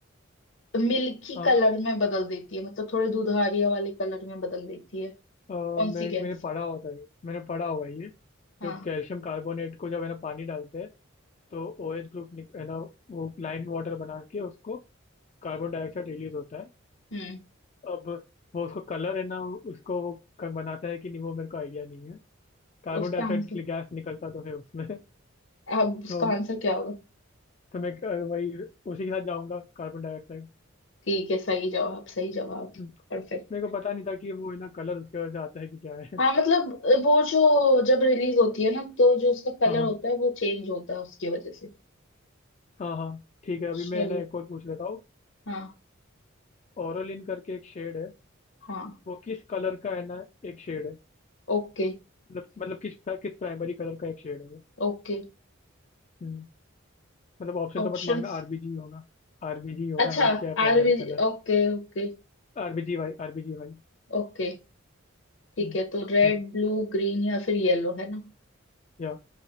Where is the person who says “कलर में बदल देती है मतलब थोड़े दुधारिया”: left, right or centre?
Left